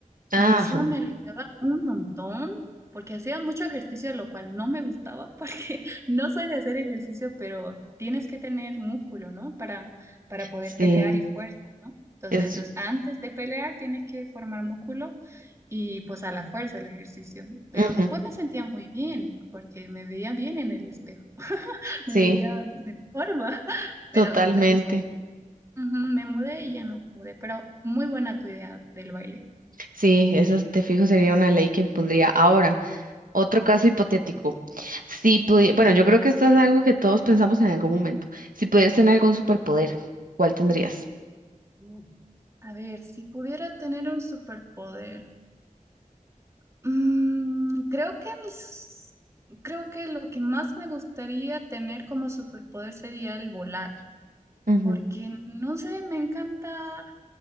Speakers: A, on the right; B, on the right.
A: Ajá,
B: Y eso me aliviaba un montón, porque hacía mucho ejercicio, lo cual no me gustaba, <laughs> porque no soy de hacer ejercicio, pero tienes que tener músculo, ¿no? Para, para poder
A: sí,
B: pelear y fuerza, ¿no? Entonces,
A: es,
B: es antes de pelear tienes que formar músculo y pues a la fuerza el ejercicio. Pero
A: ujú,
B: después me sentía muy bien, porque me veía bien en el espejo, <laughs>
A: sí,
B: me veía en forma, <laughs> pero
A: totalmente.
B: después ujú, me mudé y ya no pude, pero muy buena tu idea del baile.
A: Sí, esa te fijo sería una ley que impondría. Ahora, otro caso hipotético. Si pudi- bueno, yo creo que esto es algo que todos pensamos en algún momento. Si pudieras tener algún superpoder, ¿cuál tendrías?
B: Ujú. A ver, si pudiera tener un superpoder, mm, creo que mis, creo que lo que más me gustaría tener como superpoder sería el volar,
A: Ujú,
B: porque no sé, me encanta